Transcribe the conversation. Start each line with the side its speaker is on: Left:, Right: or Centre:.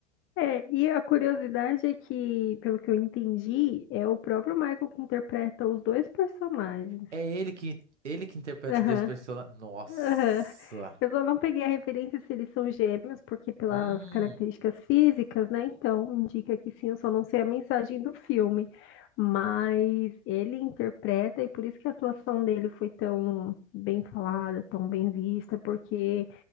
Left: É, e a curiosidade é que, pelo que eu entendi, é o próprio Michael que interpreta os dois personagens.
Right: É ele que ele que interpreta
Left: Aham,
Right: os dois personagens. Nossa.
Left: aham. Eu só não peguei a referência se eles são gêmeos, porque pelas
Right: Hum.
Left: características físicas, né? Então, indica que sim, eu só não sei a mensagem do filme. Mas ele interpreta, e por isso que a atuação dele foi tão bem falada, tão bem vista, porque